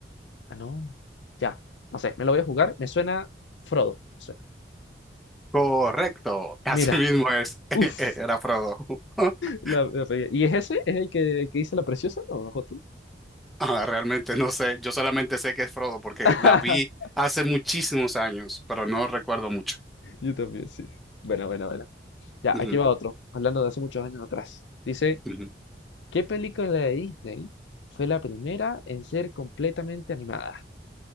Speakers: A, on the left (about 90°); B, in the centre.
A: Ah, no. Ya, no sé, me lo voy a jugar. Me suena Frodo, me suena.
B: Correcto, así
A: Mira,
B: mismo es, <laughs>
A: uff.
B: era Frodo. <laughs>
A: la- la pegué. ¿Y es ese? ¿Es el que, el que dice la preciosa? ¿O nosotros?
B: Ah, realmente no sé, yo solamente sé que es Frodo porque
A: <laughs>
B: la vi hace muchísimos años, pero no recuerdo mucho.
A: Yo también, sí. Bueno, bueno, bueno. Ya,
B: Ujú,
A: aquí va otro, hablando de hace muchos años atrás. Dice,
B: ujú.
A: ¿qué película de Disney fue la primera en ser completamente animada?